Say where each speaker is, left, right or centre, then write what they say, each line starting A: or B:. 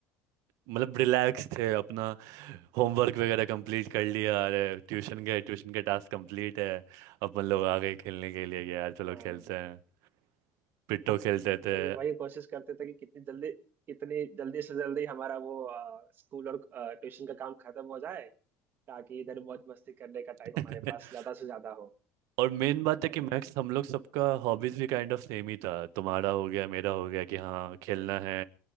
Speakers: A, on the right (about 70°); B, on the right (about 35°).
A: मतलब रिलैक्स थे अपना होमवर्क वगैरह कंप्लीट कर लिया अरे ट्यूशन गए ट्यूशन के टास्क कंप्लीट है अपन लोग आ गए खेलने के लिए कि यार चलो
B: हाँ
A: खेलते हैं पिट्टो खेलते
B: वही
A: थे
B: वही कोशिश करते थे कि कितनी जल्दी कितनी जल्दी से जल्दी हमारा वो अ, स्कूल और अ, ट्यूशन का काम खत्म हो जाए ताकि इधर मौज मस्ती करने का टाइम हमारे
A: <laughs>
B: पास ज्यादा से ज्यादा हो
A: और मेन बात है
B: है
A: कि मैक्स
B: ना
A: हम लोग सबका हॉबीज भी काइंड ऑफ सेम ही था तुम्हारा हो गया मेरा हो गया कि हाँ खेलना है